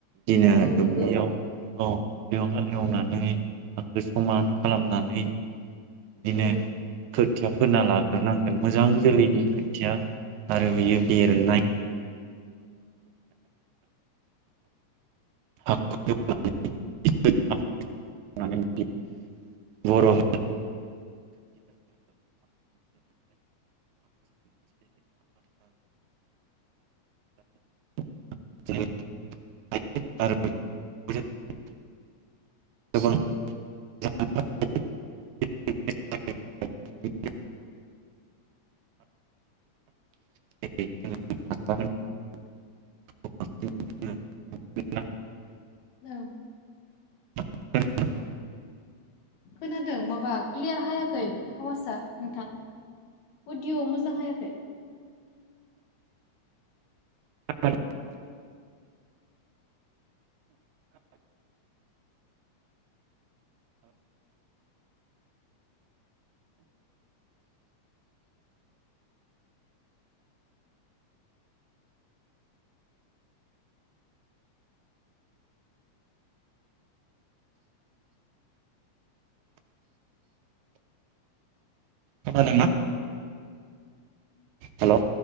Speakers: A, on the right (about 80°); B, on the left (about 70°).
A: दिनो
B: औ
A: दुब्लियाव
B: नंगौ
A: औ देवहोल हेवनानै हाखो समान खालामनानै। बिदिनो
B: नंगौ
A: खो खोथिया फोनना लाग्रोनांगोन मोजां जोलैनि खोथिया आरो बियो
B: नंगौ
A: बेरनाय <unintelligible> <unintelligible> बर' <unintelligible> <unintelligible> गोबां <unintelligible> <unintelligible>
B: औ
A: <unintelligible>
B: खोनादों माबा क्लियार हायाखै आवासआ नोंथां अडिअ मोजां हायाखै।
A: <unintelligible> खोनादों ना हेलौ